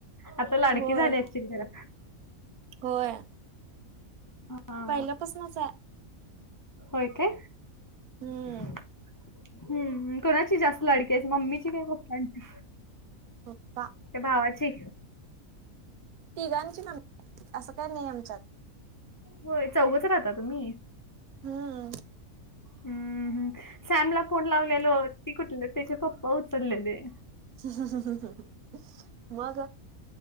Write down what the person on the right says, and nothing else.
होय
होय
पहिल्यापासनचाय
हम्म
पप्पा
तिघांची पण असं काय नाही आमच्यात
हं
हं हं मग?